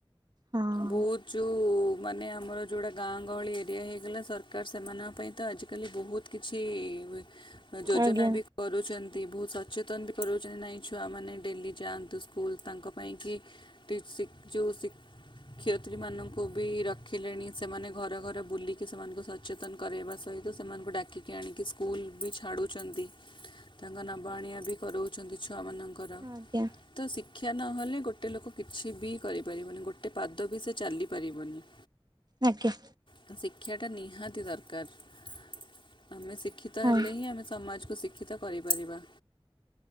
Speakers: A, on the right (about 45°); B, on the left (about 60°).
A: ହଁ।
B: ବହୁତ ଯୋଉ ମାନେ ଆମର ଯୋଉଟା ଗାଁ ଗହଳି ଏରିଆ ହେଇଗଲା ସରକାର ସେମାନଙ୍କ ପାଇଁ ତ ଆଜିକାଲି ବହୁତ କିଛି ହୁଏ ତ ଯୋଜନା
A: ଆଜ୍ଞା।
B: ବି କରୁଚନ୍ତି ବହୁତ ସଚେତନ ବି କରଉଚନ୍ତି ନାଇଁ ଛୁଆମାନେେ ଡେଲି ଯାଆନ୍ତୁ। ତୁ ସ୍କୁଲ ତାଙ୍କପାଇଁ କି ଟି ଶୀ ଯଉ ଶୀ କ୍ଷୟତ୍ରୀମାନଙ୍କୁ ବି ରଖିଲେଣି ସେମାନେ ଘର ଘର ବୁଲିକି ସେମାନଙ୍କୁ ସ ଚେତନ କରେଇବା ସହିତ ସେମାନଙ୍କୁ ଡାକିକି ଆଣିକି ସ୍କୁଲ ବି ଛାଡୁଚନ୍ତି।
A: <inaudible>
B: ତାଙ୍କ ନବା ଆଣିଆ ବି କରଉଛନ୍ତି ଛୁଆମାନଙ୍କର।
A: ଆଜ୍ଞା।
B: ତ ଶିକ୍ଷା ନହଲେ ଗୋଟେ ଲୋକ କିଛି ବି କରିପାରିବନି ଗୋଟେ ପାଦ ବି ସେ ଚାଲିପାରିବନି।
A: ଆଜ୍ଞା।
B: ତ ଶିକ୍ଷାଟା ନିହାତି ଦରକାର। ଆମେ ଶିକ୍ଷିତ
A: ହଁ।
B: ହେଲେ ହିଁ ଆମେ ସମାଜକୁ ଶିକ୍ଷିତ କରିପାରିବା।